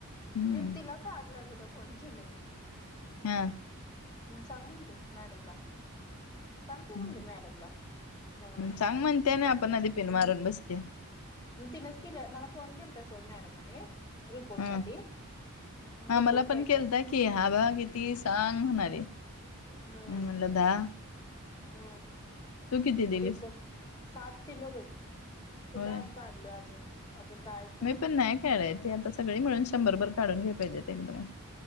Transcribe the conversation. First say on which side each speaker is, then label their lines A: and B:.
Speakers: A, on the left; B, on the left.
A: हम्म
B: तेच तिला आगलावीला फोन केल.
A: हां.
B: मग सांग म्हणले, मॅडमला. सांग
A: हम्म
B: की म्हणली मॅडमला, मला हम्म.
A: सांग म्हणते ना आपण आधी पिन मारून बसते
B: तिनच केलं मला फोन केलाता समोर मॅडमने. रिपोर्ट
A: हा
B: साठी.
A: हा
B: रिपोर्ट
A: मला
B: काय
A: पण केलता
B: का?
A: की हा बा किती सांग? म्हणाले.
B: हम.
A: म्हणला दहा.
B: ह
A: तू किती दिलीस
B: म रिपोर्ट सात किलो भेटते. कुठं
A: होय
B: आज गा अजून, अजून काय?
A: मी पण नाही खेळालले ते आता सगळी मिळून शंभरभर काढून घे पाहिजेत एकदम.